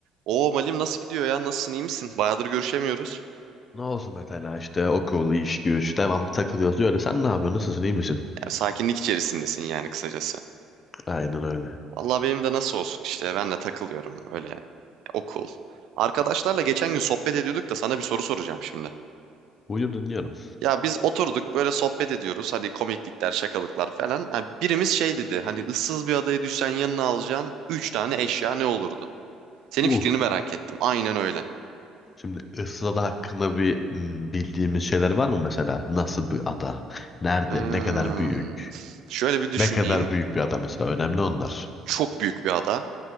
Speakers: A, on the right (about 70°); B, on the left (about 25°).
A: Oo Malim nasıl gidiyor ya? Nasılsın? iyi misin? Bayağıdır görüşemiyoruz.
B: Ne olsun mesela işte okul, iş, güç, devam takılıyorsun öyle. Sen ne yapıyorsun? Nasılsın? iyi misin?
A: Ya, sakinlik içerisindesin yani kısacası.
B: Aynen öyle.
A: Vallahi benim de nasıl olsun işte ben de takılıyorum öyle okul. Arkadaşlarla geçen gün sohbet ediyorduk da sana bir soru soracağım şimdi.
B: Buyur dinliyorum.
A: Ya biz oturduk böyle sohbet ediyoruz hani komiklikler şakalıklar falan. Ha, birimiz şey dedi hani ıssız bir adaya düşsen yanına alacağın 3 tane eşya ne olurdu? Senin
B: Uh.
A: fikrini merak ettim aynen öyle.
B: Şimdi Isırada hakkında bir hmm, bildiğimiz şeyler var mı mesela? Nasıl bir ada? Nerede?
A: Hmm,
B: Ne kadar büyük?
A: şöyle bir düşüneyim.
B: Ne kadar büyük bir ada mesela? Önemli onlar.
A: Çok büyük bir ada.